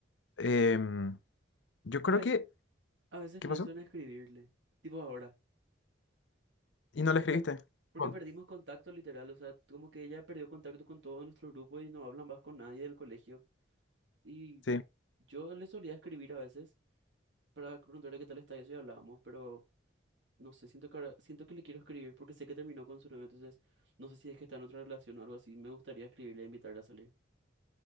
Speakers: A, on the left; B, on the right.
A: Em, yo
B: ya
A: creo
B: ves,
A: que,
B: A veces
A: ¿qué
B: pienso
A: pasó?
B: en escribirle, tipo ahora,
A: ¿Y no
B: porque,
A: le escribiste?
B: per- porque
A: Oh,
B: perdimos contacto literal, o sea, como que ella perdió contacto con todo nuestro grupo y no hablan más con nadie del colegio. Y
A: Sí.
B: yo le solía escribir a veces para preguntarle qué tal está y eso y hablábamos, pero no sé, siento que ahora- siento que le quiero escribir porque sé que terminó con su novio, entonces no sé si es que está en otra relación o algo así, me gustaría escribirle e invitarla a salir.